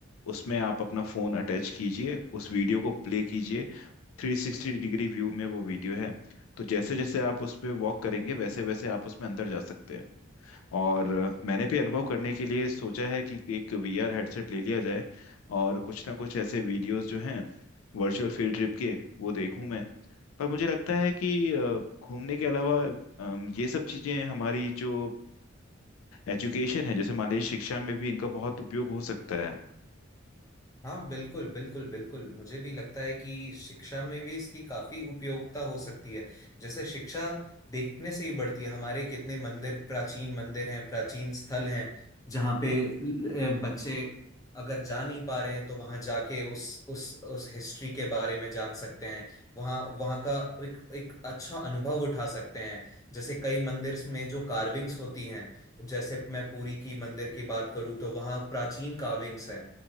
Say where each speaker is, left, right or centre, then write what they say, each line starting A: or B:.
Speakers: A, on the left; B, on the left.
A: उसमें आप अपना फ़ोन अटैच कीजिए उस वीडियो को प्ले कीजिए 360 डिग्री व्यू में वो वीडियो है तो जैसे जैसे आप उस पर वॉक करेंगे वैसे वैसे आप उसमें अंदर जा सकते हैं और अ, मैंने भी अनुभव करने के लिए सोचा है कि एक वीआर हेडसेट ले लिया जाए और कुछ ना कुछ ऐसे वीडियोस जो हैं वर्चुअल फील्ड ट्रिप के वो देखूं मैं पर मुझे लगता है कि अ, घूमने के अलावा अम, ये सब चीजें हमारी जो एजुकेशन है जैसे मान लीजिए शिक्षा में भी इनका बहुत उपयोग हो सकता है
B: हाँ बिल्कुल बिल्कुल बिल्कुल मुझे भी लगता है कि शिक्षा में भी इसकी काफी उपयोगिता हो सकती है जैसे शिक्षा देखने से ही बढ़ती है हमारे कितने मंदिर प्राचीन मंदिर हैं प्राचीन स्थल हैं जहाँ पे ल- ल- बच्चे अगर जा नहीं पा रहे हैं तो वहां जाके उस उस उस हिस्ट्री के बारे में जान सकते हैं वहाँ वहाँ का एक एक अच्छा अनुभव उठा सकते हैं जैसे कई मंदिर में जो कार्विंग्स होती हैं जैसे मैं पुरी की मंदिर की बात करूँ तो वहाँ प्राचीन कार्विंग्स हैं